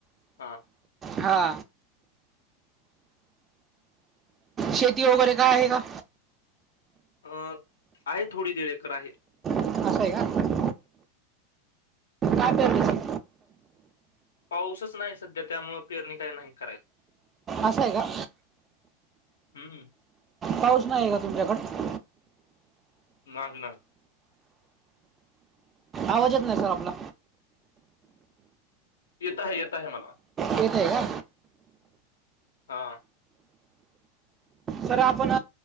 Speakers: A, on the left; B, on the right.
A: हा,
B: हा, शेती ती वगैरे, काय आहे का?
A: अ आहे, थोडी दीड एकर आहे.
B: असं आहे का, काय पेरलं?
A: पाऊसच नाही सध्या, त्यामुळ पेरणी काही नाही करायला,
B: असं आहे का?
A: हम्म,
B: पाऊस नाही आहे का? तुमच्याकडे,
A: नाही ना,
B: आवाजच येत नाही, सर आपला,
A: येत आहे, येत आहे मला,
B: येत आहे का,
A: हा,
B: सर आपण